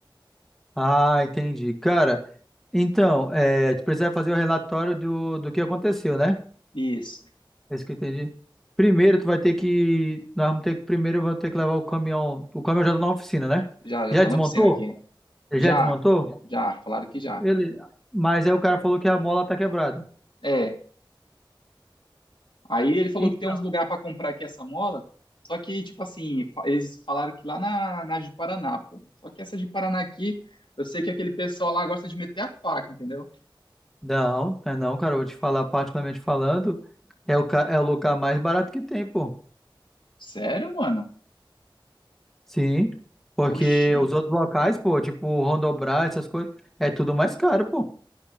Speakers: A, in the centre; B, on the left (about 70°).
A: Ah, entendi. Cara, então, é, tu precisa fazer o relatório do, do que aconteceu, né?
B: Isso.
A: É isso que eu entendi. Primeiro, tu vai ter que. Nós vamos ter que. Primeiro, eu vou ter que levar o caminhão. O caminhão já tá na oficina, né?
B: Já, já
A: Já
B: tá
A: desmontou?
B: na oficina aqui.
A: Ele
B: Já,
A: já desmontou?
B: já, falaram que já.
A: Ele. Mas aí o cara falou que a mola tá quebrada.
B: É, aí ele falou
A: Então.
B: que tem uns lugares para comprar aqui essa mola, só que, tipo assim, fa- eles falaram que lá na, na de Paraná, pô. Só que essa de Paraná aqui, eu sei que aquele pessoal lá gosta de meter a faca, entendeu?
A: Não, não, é não, cara. Eu vou te falar, particularmente falando, é o, ca- é o lugar mais barato que tem, pô.
B: Sério, mano?
A: Sim. Porque
B: Poxa.
A: os outros locais, pô, tipo Rondobras, essas coisas, é tudo mais caro, pô.